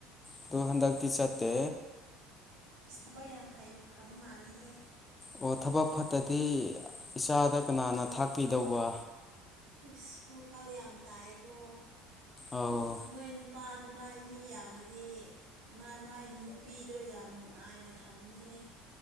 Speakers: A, on the left; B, on the right.
A: ꯑꯗꯨꯣ ꯍꯥꯟꯗ ꯇꯤ ꯆꯇ
B: ꯏꯁ ꯊꯕꯛ ꯌꯥꯝꯩ ꯐꯝ ꯃꯥꯅꯤꯍꯦ
A: ꯑꯣ ꯊꯕꯛ ꯐꯠꯇꯗꯤ ꯏꯆꯥꯗ ꯀꯅꯥꯅ ꯊꯥꯛꯀꯤꯗꯧꯕ
B: ꯏꯁꯁ ꯋꯥꯈꯜ ꯌꯥꯝ ꯇꯥꯏꯀꯣ
A: ꯑꯧ
B: ꯅꯣꯏ ꯅꯨꯄꯥꯗ ꯑꯗꯨꯃꯥꯏ ꯃꯤ ꯌꯥꯝꯅꯗꯤ ꯃꯥꯏ ꯅꯨꯄꯤꯗꯣ ꯌꯥꯝ ꯅꯨꯡꯉꯥꯏꯅ ꯊꯝꯅꯤꯍꯦ